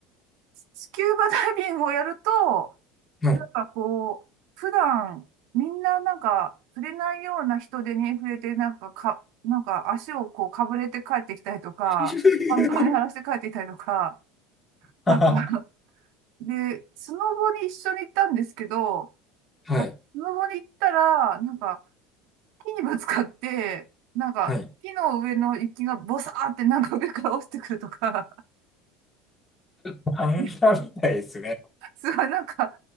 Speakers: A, on the right (about 65°); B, on the left (about 15°).
A: スキューバダイビングをやると、
B: い。
A: なんかこう、普段みんななんか触れないような人手に触れて、なんかか、なんか足をこうかぶれて帰ってきたりとか、
B: <laughs>
A: パンパンに荒らして帰ってきたりとか、
B: は
A: なんかで、スノボに一緒に行ったんですけど、
B: はい。
A: なんかスノボに行ったら、なんか木にぶつかって、なんか、
B: はい。
A: 木の上の雪がボサーってなんか上から落ちてくるとか、
B: 漫画みたいですね。
A: <laughs> すごいなんか、